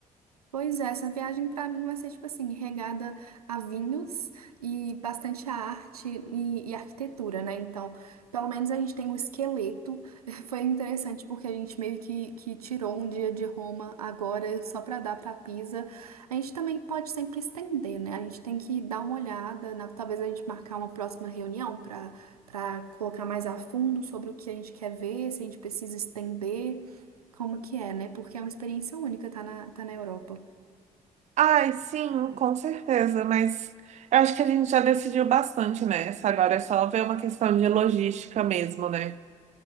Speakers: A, on the right; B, on the right.
A: Pois é, essa viagem pra mim vai ser tipo assim, regada a vinhos e bastante arte e, e arquitetura, né? Então, pelo menos a gente tem o esqueleto. <laughs> Foi interessante porque a gente meio que, que tirou um dia de Roma agora só pra dar pra Pisa. A gente também pode sempre estender, né? A gente tem que dar uma olhada, na- talvez a gente marcar uma próxima reunião pra para colocar mais a fundo sobre o que a gente quer ver, se a gente precisa estender, como que é, né? Porque é uma experiência única, tá na, tá na Europa.
B: Ai, sim, com certeza, mas eu acho que a gente já decidiu bastante nessa. Agora é só ver uma questão de logística mesmo, né?